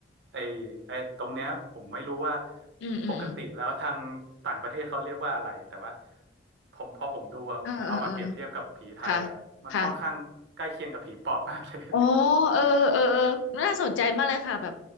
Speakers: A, on the right; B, on the left.
A: ไอ้ไอ้ตรงเนี้ยผมไม่รู้ว่า
B: อืมอืมอืม
A: ปกติแล้วทางต่างประเทศเขาเรียกว่าอะไรแต่ว่าผมพอผมดูอะเอามาเปรียบเทียบกับผีไทยอ่ะมันค่อนข้างใกล้เคียงกับผีปอบมากเลย
B: เออเออเออค่ะค่ะอ๋อเออเออเออน่าสนใจมากเลยค่ะแบบ